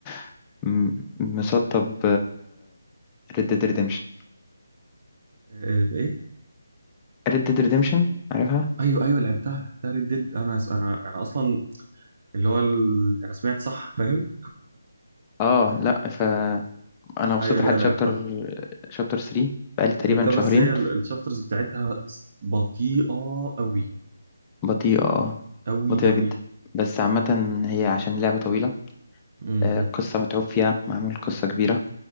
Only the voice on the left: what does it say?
<laughs> م- مسطب ريد ديد ريديمشن
ريد ديد ريديمشن عارفها
اه لا فانا وصلت
لحد
شابتر شابتر 3 بقالي تقريبا
شهرين
بطيئة اه
بطيئة
جدا بس عامة هي عشان لعبة طويلة
آه، قصة متعوب فيها معمول قصة كبيرة